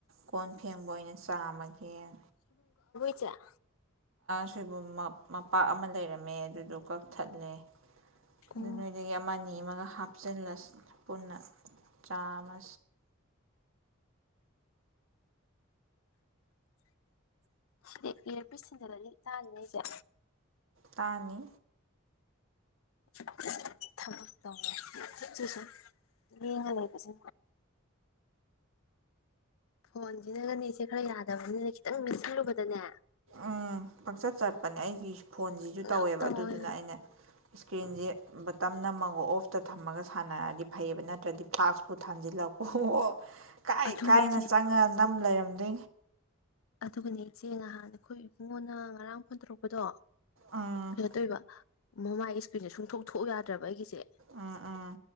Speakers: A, on the right; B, on the left.
A: ꯀꯣꯟ ꯐꯦꯡ ꯕꯑꯣꯏꯅ ꯆꯥꯝꯃꯒꯦ ꯅ
B: ꯆꯥ
A: ꯁꯣꯏꯕꯨꯝ ꯃꯄꯥꯛ ꯑꯃ ꯂꯩꯔꯝꯃꯦ ꯑꯗꯨꯗꯣ ꯀꯛꯊꯠꯂꯦ
B: ꯎꯝ
A: ꯑꯗꯨ ꯅꯣꯏꯗꯒꯤ ꯑꯃ ꯑꯅꯤ ꯑꯃꯒ ꯍꯥꯞꯆꯤꯜꯂꯁꯤ ꯎꯝ ꯄꯨꯟꯅ ꯆꯥꯝꯃ
B: ꯗꯤ ꯏꯔꯄꯤꯁ ꯊꯤꯟꯖꯜꯂꯗꯤ ꯇꯥ ꯂꯩꯁꯦ
A: ꯇꯥꯅꯤ
B: <unintelligible> ꯅꯨꯉꯥꯏ ꯇꯦ ꯐꯣꯟꯁꯤꯅꯒꯅꯦꯁꯦ ꯈꯔ ꯌꯥꯗꯕꯅꯤꯅ ꯈꯤꯇꯪ ꯃꯠꯁꯤꯜꯂꯨꯕꯗꯅꯦ
A: ꯎꯝ ꯄꯪꯆꯠ ꯆꯠꯄꯅꯦ ꯑꯩꯒꯤ ꯐꯣꯟꯁꯤꯁꯨ
B: ꯀꯩꯅꯣꯝ
A: ꯇꯧꯋꯦꯕ
B: ꯇꯧꯋꯦ
A: ꯑꯗꯨꯗꯨꯅ ꯑꯩꯅ ꯏꯁꯀ꯭ꯔꯤꯟꯁꯦ ꯕ ꯅꯝꯃꯒ ꯑꯣꯐꯇ ꯊꯝꯃꯒ ꯁꯥꯟꯅꯔꯗꯤ ꯐꯩꯌꯦꯕ ꯅꯠꯇ꯭ꯔꯗꯤ ꯐꯥꯛꯁꯄꯨ ꯊꯥꯟꯖꯤꯜꯂꯛꯄꯣ ꯀꯥꯏ
B: ꯑꯗꯨꯅꯦ
A: ꯀꯥꯏꯅ
B: ꯏꯆꯦ
A: ꯆꯪꯉ ꯅꯝ ꯂꯩꯔ <unintelligible>
B: ꯑꯗꯨꯒꯅꯦ ꯏꯆꯦ ꯅꯍꯥꯟ ꯑꯩꯈꯣꯏ ꯏꯕꯨꯡꯉꯣꯅ ꯉꯔꯥꯡ ꯐꯣꯟ ꯇꯧꯔꯛꯄꯗꯣ
A: ꯎꯝ
B: ꯀꯩꯩꯅꯣ ꯇꯧꯔꯤꯕ ꯃꯃꯥꯏ ꯏꯁ꯭ꯀ꯭ꯔꯤꯟꯁꯦ ꯁꯨꯡꯊꯣꯛ ꯊꯣꯛꯣꯛꯎ ꯌꯥꯗ꯭ꯔꯕ ꯑꯩꯒꯤꯁꯦ
A: ꯎꯝ ꯎꯝ